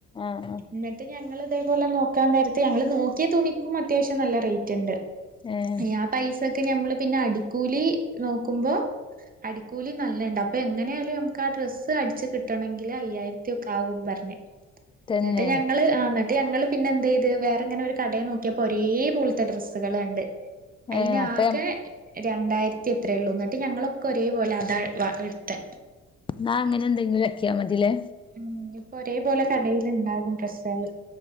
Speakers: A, on the left; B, on the right.
A: ആഹ് ആഹ്
B: ന്നട്ട് ഞങ്ങള് ഇതേപോലെ നോക്കാൻ നേരത്ത് ഞങ്ങള് നോക്കിയ തുണി ക്കും അത്യാവശ്യം നല്ല റേറ്റ്ണ്ട്
A: ഏഹ്
B: <unintelligible> പൈസക്ക് ഞമ്മള് പിന്നെ അടിക്കൂലി നോക്കുമ്പോ അടിക്കൂലി നല്ലണ്ട് അപ്പൊ എങ്ങനെയായാലും നമുക്ക് ആ ഡ്രസ്സ് അടിച്ച് കിട്ടണെങ്കില് അയ്യായിരത്തിയൊക്കെ ആകും പറഞ്ഞ്
A: തന്നെ
B: ന്നട്ട് ഞങ്ങള് ആഹ് ന്നട്ട് ഞങ്ങള് പിന്നെ എന്ത്യ്ത് വേറെങ്ങനെ ഒരു കടേ നോക്കിയപ്പോ ഒരേ പോൽത്തെ ഡ്രസ്സുകള് കണ്ട്. അയിനാകെ
A: ഏഹ് അപ്പ
B: രണ്ടായിരത്തി എത്രയള്ളൂ ഇന്നിട്ട് ഞങ്ങളൊക്കെ ഒരേ പോലെ അതാ വ എടുത്തെ
A: എന്നാ അങ്ങനെ എന്തെങ്കിലും ആക്കിയാ മതില്ലേ
B: ഉം ഞ്ഞിപ്പൊ ഒരേപോലെ കടേലുണ്ടാകും ഡ്രെസ്സേള്.